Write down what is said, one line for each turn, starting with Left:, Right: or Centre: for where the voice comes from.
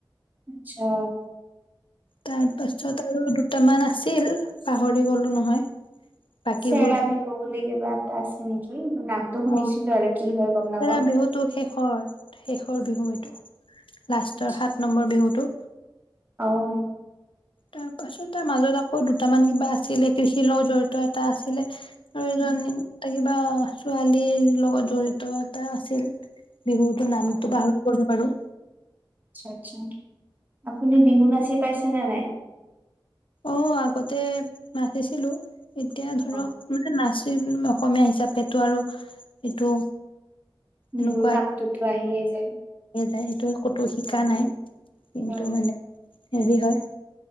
Right: আচ্ছা
Left: তাৰ পাছত আৰু দুটা ইমান আছিল পাহৰি গলো নহয় বাকীবোৰ
Right: চেৰা বিহু উনে কিবা আছে নেকি। নামটো শুনিছিলো
Left: অ
Right: আৰু কি হয় গম নাপওঁ।
Left: থেৰা বিহুটো শেষৰ শেষৰ বিহু এইটো লাষ্টৰ
Right: আচ্ছা
Left: সাত নম্বৰ বিহুতটো।
Right: অ'।
Left: তাৰ পাছত তাৰ মাজত আকৌ দুটামান কিবা আছিলে কৃষিৰ লগত জড়িত এটা আছিলে। আৰু এজনী
Right: উম,
Left: তাইক কিবা ছোৱালীৰ লগত জড়িত এটা আছিল। বিহুতো নামটো
Right: অ',
Left: পাহৰি গলো বাৰু।
Right: আচ্ছা আচ্ছা। আপুনি বিহু নাচি পাইছে। ন' নাই।
Left: অ', আগতে মাতিছিলো। এতিয়া ধৰক
Right: অ',
Left: মানে নাচ অসমীয়া হিচাপটো আৰু এইটো
Right: বিহুৰ
Left: এনেকুৱাই
Right: পাকটোতো আহিয়ে যায়।
Left: যায় সেইটোোৱে ক'তো শিকা
Right: অ',
Left: নাই কিন্তু
Right: হয় হয়।
Left: মানে হেৰি হয়।